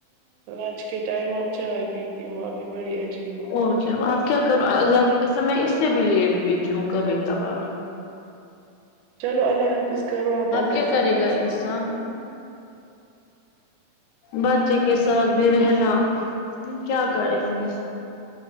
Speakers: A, on the right (about 80°); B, on the left (about 80°).
A: لنچ کے ٹائم آپ چائے پیتی ہو اپ بھی بڑی عجیب ہو
B: اور کیا آب کیا کروں اللہ کےقسم میں اس سے بھی لیٹ پیتی ہوں کبھی کبھار
A: چلو اللہ حافظ کرو آب آپ
B: کیا
A: عرفان
B: کرے گا
A: کے ساتھ
B: انسان بچے کے ساتھ بھی رہنا کیا کریں گے